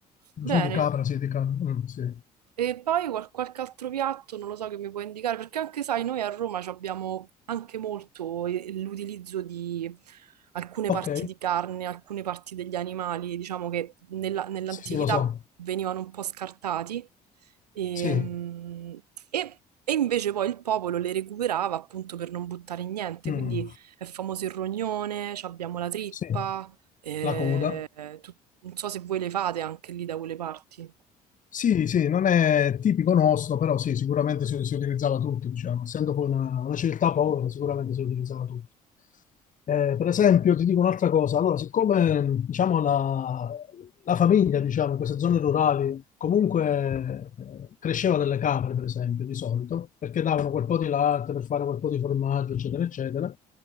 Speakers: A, on the left (about 40°); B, on the right (about 80°).
A: Braciole
B: Bene,
A: di capra, sì, di capra. Mm, sì.
B: E poi qual- qualche altro piatto, non lo so che mi puoi indicare, perché anche sai, noi a Roma ci abbiamo anche molto eh, l'utilizzo di alcune
A: Ok,
B: parti di carne, alcune parti degli animali, diciamo che nella- nell'antichità
A: sì, sì, lo so.
B: venivano un po' scartati ehm,
A: Sì,
B: e, e invece poi il popolo le recuperava appunto per non buttare niente,
A: Mm.
B: quindi è famoso il rognone, ci abbiamo la trippa,
A: Sì,
B: eh,
A: la coda.
B: tu- non so se voi le fate anche lì da quelle parti.
A: Sì, sì, non è tipico nostro, però sì, sicuramente si, si utilizzava tutto, diciamo. Essendo poi una, una civiltà povera, sicuramente si utilizzava tutto. Eh, per esempio, ti dico un'altra cosa, allora, siccome diciamo, la, la famiglia diciamo, in queste zone rurali comunque eh, cresceva delle capre, per esempio, di solito, perché davano quel po' di latte per fare quel po' di formaggio, eccetera, eccetera,